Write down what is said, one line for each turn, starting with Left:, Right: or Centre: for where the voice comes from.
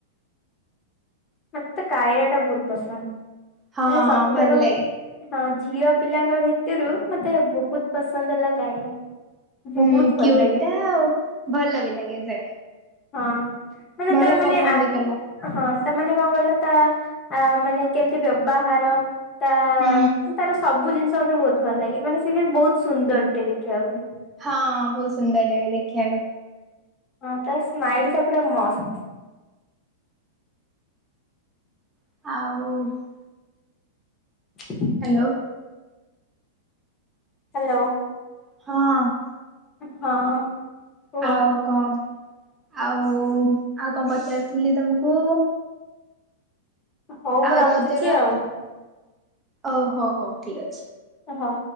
Left: ମତେ ତ କାୟା ଟା ବହୁତୁ ପସନ୍ଦ
Right: ହଁ
Left: ମାନେ ସବୁଠାରୁ।
Right: ଭଲ ଲାଗେ।
Left: ହଁ ଝିଅ ପିଲାଙ୍କ ଭିତିରୁ ମତେ ବହୁତୁ ପସନ୍ଦ ହେଲା କାଇରା।
Right: ହୁଁ
Left: ବହୁତ
Right: କ୍ୟୁ
Left: ଭଲ ଲାଗେ
Right: ଟା ଆଉ ଭଲ ବି ଲାଗେ ସେ।
Left: ହଁ ମାନେ
Right: ଭଲ
Left: ତା ମାନେ
Right: ପରଫର୍ମ
Left: ଆ।
Right: ବି କଲା
Left: ହଁ ସେମାନେ କ'ଣ କହିଲ ତା ଆ ମାନେ କେମିତି ବ୍ୟବହାର। ତା
Right: ହୁଁ।
Left: ତାର ସବୁ ଜିନିଷ ମତେ ବହୁତୁ ଭଲ ଲାଗେ ମାନେ ସେ ବହୁତୁ ସୁନ୍ଦର ଟେ ଦେଖିବାକୁ।
Right: ହଁ ବହୁତୁ ସୁନ୍ଦର ଟେବି ଦେଖିବାକୁ।
Left: ହଁ ତା ସ୍ମାଇଲ୍ ଟା ପୁରା ମସ୍ତ।
Right: ଆଉ
Left: <unintelligible>
Right: ହାଲୋ।
Left: ହାଲୋ।
Right: ହଁ।
Left: ହଁ। କୁହ।
Right: ଆଉ କଣ ଆଉ ଆଉ କଣ ପଚାରିଥିଲି ତମକୁ?
Left: ହଉ
Right: ଆଉ
Left: ମୁଁ ରଖୁଛି
Right: ରଜର
Left: ଆଉ
Right: ଓ ହୋଉ ହୋଉ ଠିକ ଅଛି।
Left: ଓହୋ।